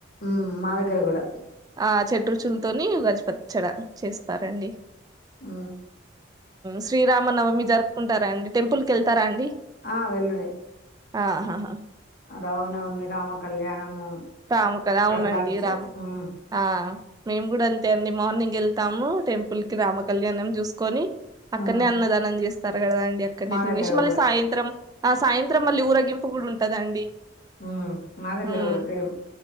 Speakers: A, on the left; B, on the right.
A: ఉ మా దగ్గర కూడా
B: ఆ చెడ్ రుచులతోని ఉగాది పచ్చడ చేస్తారండి
A: ఉ
B: శ్రీరామ నవమి జరుపుకుంటారా అండి టెంపుల్ కెళ్తారా అండి
A: ఆ వెలుడే
B: ఆహా హ
A: రామనవమి రామ కళ్యాణము
B: రాము కద
A: ఇక్కడ
B: అవునండి
A: లంచ్
B: రామ
A: ఉమ్
B: ఆ మేము కూడా అంతే అండి మార్నింగ్ వెళ్తాము టెంపుల్ కి రామ కళ్యాణం చూసుకొని అక్కడనే
A: ఉమ్
B: అన్నదానం చేస్తారు కదండి అక్కడనే
A: మా
B: తినేసి
A: దగ్గర
B: మళ్ళీ
A: కూడా
B: సాయంత్రం ఆ సాయంత్రం మళ్ళీ ఊరగింపు కూడా ఉంటదండి
A: ఉ మాదగర
B: మ్మ్
A: కూడా సేమ్